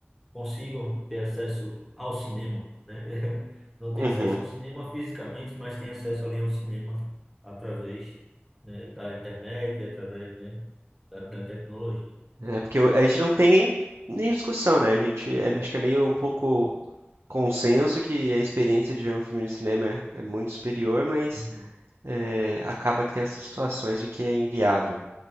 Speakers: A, in the centre; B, on the right.
A: consigam ter acesso ao cinema, né? <laughs> Não
B: uhum.
A: têm acesso a um cinema fisicamente, mas têm acesso ali a um cinema através, né, da internet e através, né, da, da tecnologia.
B: É porque eu- a gente não tem nem, nem discussão, né? A gente é, acho que é meio um pouco consenso que a experiência de ver um filme no cinema é, é muito superior, mas
A: Sim.
B: é, acaba que tem essas situações em que é inviável.